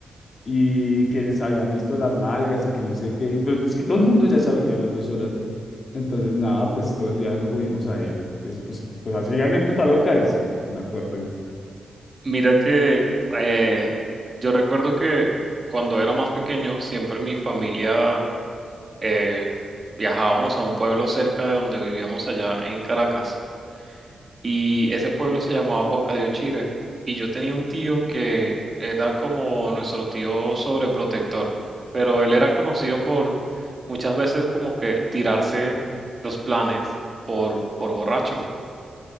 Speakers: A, on the left; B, on the right.
A: Y que les habían visto las nalgas y que no sé qué, y pues, pues que todo el mundo ya sabía a las dos horas. Entonces, nada, pues todo el viaje lo jodimos a él. Eso, pues, pues así anécdota loca esa, que me acuerdo.
B: Mira que eh, yo recuerdo que cuando era más pequeño, siempre mi familia eh, viajábamos a un pueblo cerca de donde vivíamos allá en Caracas. Y ese pueblo se llamaba Boca de Uchire. Y yo tenía un tío que era como nuestro tío sobreprotector, pero él era conocido por muchas veces como que tirarse los planes por, por borracho.